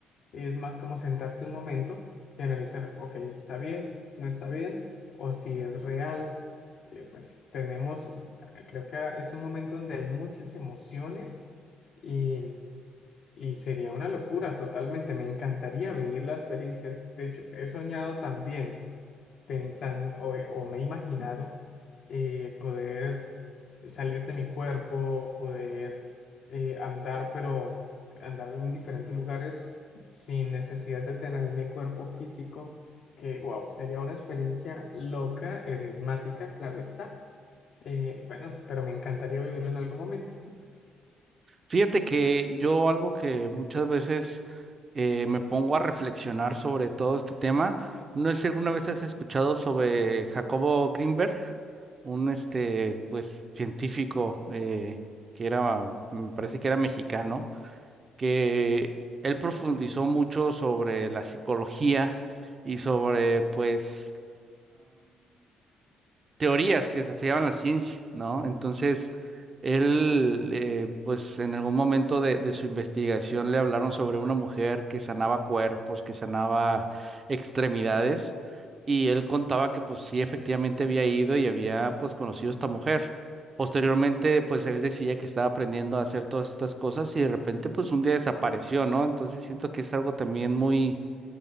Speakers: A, on the left; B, on the right.
A: es más como sentarte un momento y analizar, ok, está bien, no está bien, o si es real. Eh, bueno, tenemos, creo que es un momento donde hay muchas emociones. y y sería una locura totalmente, me encantaría vivir las experiencias. De hecho, he soñado también pensando o, o me he imaginado eh, poder salir de mi cuerpo, poder eh, andar, pero andar en diferentes lugares sin necesidad de tener mi cuerpo físico, que wow, sería una experiencia loca, enigmática, claro está. Eh, bueno, pero me encantaría vivirla en algún momento.
B: Fíjate que yo algo que muchas veces eh, me pongo a reflexionar sobre todo este tema, no sé si alguna vez has escuchado sobre Jacobo Greenberg, un este pues científico eh, que era, me parece que era mexicano, que él profundizó mucho sobre la psicología y sobre pues teorías que se fiaban en la ciencia, ¿no? Entonces, él, eh, pues en algún momento de, de su investigación le hablaron sobre una mujer que sanaba cuerpos, que sanaba extremidades, y él contaba que pues sí, efectivamente había ido y había pues conocido a esta mujer. Posteriormente, pues él decía que estaba aprendiendo a hacer todas estas cosas y de repente, pues un día desapareció, ¿no? Entonces siento que es algo también muy